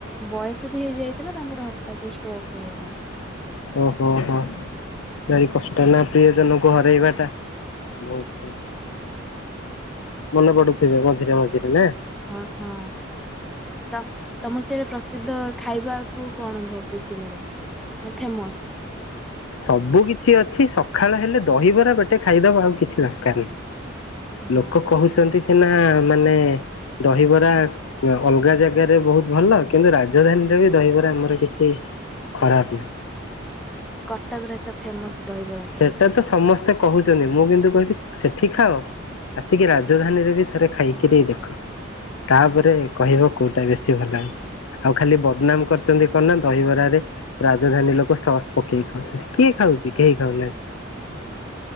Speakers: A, in the centre; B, on the left (about 85°).
A: ବୟସ ବି ହେଇଯାଇଥିଲା ତାଙ୍କର ହଠାତ୍ ଷ୍ଟୋକ୍ ହେଇଗଲା।
B: ଓହୋ ହୋ ଭାରି କଷ୍ଟ ନା ପ୍ରିୟ ଜନଙ୍କୁ ହରାଇବା ଟା। ବହୁତ ମନେ ପଡୁଥିବେ ମଝିରେ ମଝିରେ ନା?
A: ହଁ ହଁ ତ ତମ ସେଟେ ପ୍ରସିଦ୍ଧ ଖାଇବାକୁ କଣ ବେଶୀ ମିଳେ? ଫେମସ୍।
B: ସବୁ କିଛି ଅଛି ସକାଳ ହେଲେ ଦହିବରା ପେଟେ ଖାଇଦବ ଆଉ କିଛି ଦରକାର ନାହିଁ। ଲୋକ
A: ହଁ ହଁ
B: କହୁଛନ୍ତି ସିନା ମାନେ ଦହିବରା ଅଲଗା ଜାଗାରେ ବହୁତ ଭଲ କିନ୍ତୁ ରାଜଧାନୀରେ ବି ଦହିବାର ଆମର କିଛି ଖରାପ ନା
A: କଟକରେ ତ ଫେମସ ଦହିବରା। ଖାଇବାକୁ
B: ସେଟା
A: ମିଳେ।
B: ତ ସମସ୍ତେ କହୁଛନ୍ତି ମୁଁ କିନ୍ତୁ କହୁଛି ସେଠି ଖାଅ ଆସିକି ରାଜଧାନୀ ରେ ବି ଥରେ ଖାଇକି ଦେଇ ଦେଖ। ତାପରେ କହିବ କୋଉଟା ବେଶୀ ଭଲ। ଆଉ ଖାଲି ବଦନାମ କରିଛନ୍ତି ଦହିବରାାରେ ରାଜଧାନୀ ଲୋକ ସସ୍ ପକେଇକି ଖାଉଛନ୍ତି କିଏ ଖାଉଛି କେହି <unintelligible> ତମର